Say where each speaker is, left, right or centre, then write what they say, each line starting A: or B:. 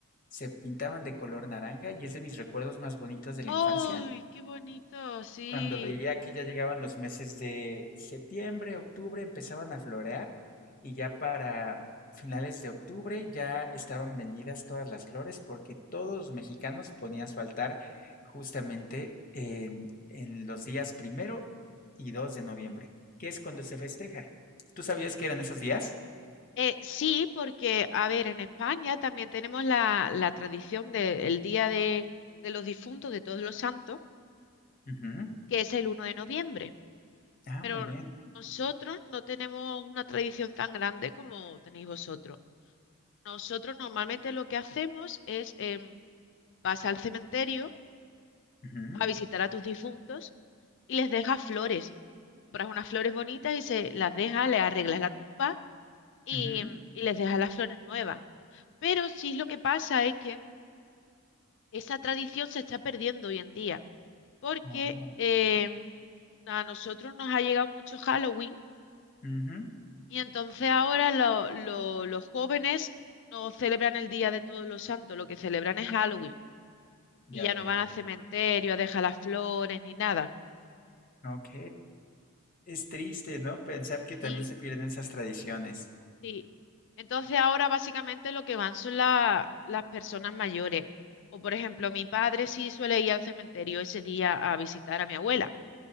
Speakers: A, on the left; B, on the left.
A: se pintaban de color naranja y es de mis recuerdos más bonitos de la
B: ¡Ay,
A: infancia
B: qué bonito! Sí.
A: cuando veía que ya llegaban los meses de septiembre, octubre, empezaban a florear y ya para finales de octubre ya estaban vendidas todas las flores porque todos los mexicanos ponían su altar justamente en, en los días primero y 2 de noviembre, que es cuando se festeja. ¿Tú sabías que eran esos días?
B: Eh, sí, porque, a ver, en España también tenemos la, la tradición del Día de, de los Difuntos, de Todos los Santos,
A: Ujú.
B: que es el uno de noviembre.
A: Ah,
B: Pero
A: muy bien.
B: nosotros no tenemos una tradición tan grande como tenéis vosotros. Nosotros normalmente lo que hacemos es, em, vas al cementerio
A: Ujú,
B: a visitar a tus difuntos y les dejas flores. Compras unas flores bonitas y se las dejas, le arreglas la tumba y,
A: ujú.
B: y les dejas las flores nuevas. Pero sí lo que pasa es que esa tradición se está perdiendo hoy en día, porque
A: Oh,
B: em, a nosotros nos ha llegado mucho Halloween
A: ujú,
B: y entonces ahora lo- lo- los jóvenes no celebran el Día de Todos los Santos, lo que celebran es Halloween
A: Ya
B: y ya
A: veo.
B: no van al cementerio a dejar las flores ni nada.
A: Ok. Es triste, ¿no? Pensar que también
B: Sí,
A: se pierden esas tradiciones.
B: sí. Entonces ahora básicamente lo que van son la- las personas mayores. O por ejemplo, mi padre sí suele ir al cementerio ese día a visitar a mi abuela,